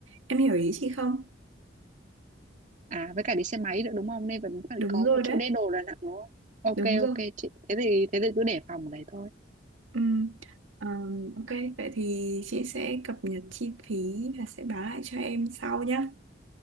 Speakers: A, on the right (about 85°); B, on the right (about 40°).
A: Em hiểu ý chị không?
B: à với cả đi xe máy nữa đúng không nên vẫn phải
A: Đúng
B: có
A: rồi
B: một
A: đấy.
B: chỗ để đồ Đà Nẵng đúng không ok
A: Đúng rồi.
B: ok chị thế thì thế thì cứ để phòng ở đấy thôi
A: Ừm, ờm, ok, vậy thì chị sẽ cập nhật chi phí và sẽ báo lại cho em sau nhé.